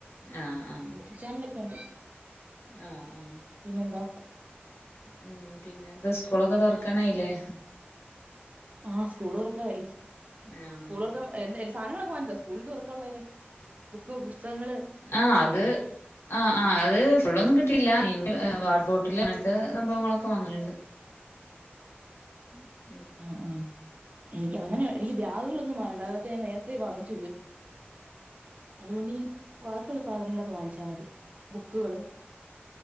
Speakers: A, on the left; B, on the right.
A: ആഹ് ആഹ്
B: യൂട്ടൂബ് ചാനലൊക്കെണ്ട്
A: ആഹ് ആഹ്
B: പിന്നെന്താ
A: ഉം പിന്നെ ന്താ സ്കൂളൊക്കെ തൊർക്കാനായ്ലേ
B: ആഹ് സ്കൂളൊർക്കായി
A: ആഹ്
B: സ്കൂളൊറ്ക്ക എന്ന് എൽ സാധനങ്ങളൊക്കെ വാങ്ങിചോ സ്കൂള്തൊറക്കാള്ളെനെ ബുക്ക് പുസ്തകങ്ങള്
A: ആഹ് അത് ആഹ് ആഹ് അത് ഫുള്ളൊന്നും കിട്ടില്ല വാട്ടർ ബോട്ടിൽ അങ്ങൻത്തെ സംഭവങ്ങളൊക്കെ വാങ്ങൽണ്ട് <inaudible>
B: ആഹ് ആഹ് എനിക്ക് അങ്ങനെ എനിക്ക് ബ്യാഗുകളൊന്നും വാങ്ങണ്ട അതൊക്കെ ഞാൻ നേരത്തെ വാങ്ങിച്ചു വെച്ചു അതുകൊണ്ടിനി വാക്കിയുള്ള സാധനങ്ങളൊക്കെ വാങ്ങിച്ചാ മതി ബുക്കുകള്